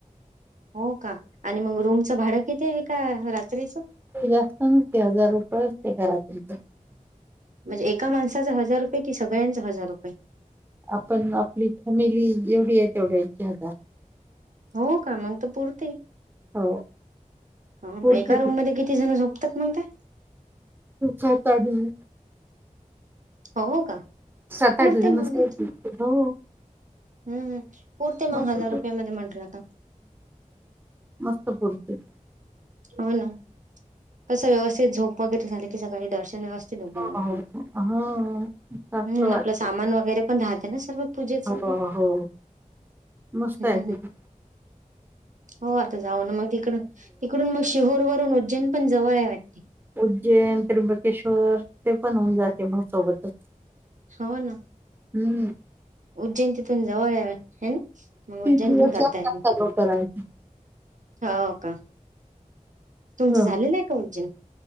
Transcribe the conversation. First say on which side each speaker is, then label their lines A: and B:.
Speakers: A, on the right; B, on the right.
A: हो का आणि मग रूमचं भाडं किती आहे एका रात्रीच?
B: जास्त नसते <unintelligible>
A: म्हणजे एका माणसाचा हजार रुपये कि सगळ्यांच हजार रुपये?
B: आपण आपली फॅमिली जेवढी आहे तेवढ्यांचे हजार.
A: हो का मंग त पुरते?
B: हो.
A: ह
B: पुरते
A: एका
B: ते.
A: रूम मध्ये किती जण झोपतात मग ते?
B: सात-आठ-जण.
A: हो का.
B: सात-आठ
A: पुरते
B: जण बसतात.
A: मग तिथं
B: हो.
A: हम्म पुरते
B: मस्त
A: मग हजार
B: पुरते
A: रुपया मध्ये म्हटलं का.
B: मस्त पूरतय.
A: हो ना. कसं व्यवस्थित झोप वगैरे झाली की सगळी दर्शन व्यवस्थित होते
B: हो
A: मग.
B: हा अस असल
A: हम्म
B: वाटत.
A: आणि आपलं सामान वगैरे पण राहते ना सर्व पूजेचं
B: हो हो मस्त
A: हम्म
B: आहे तिथ.
A: हो आता जाऊ ना मग तिकड-तिकडून मग शिहोर वरून उज्जैन पण जवळ आहे वाटते.
B: उज्जैन, त्र्यंबकेश्वर, ते पण होऊन जाते मग सोबतच.
A: हो ना
B: हम्म
A: उज्जैनतीतून जवळ या हे ना. मग
B: बत्तीस
A: उज्जैन
B: दिवस
A: पण करताय
B: लागतात
A: म
B: सगळं करायला
A: हो का. तुमचं
B: ह
A: झालेलं आहे का उज्जैन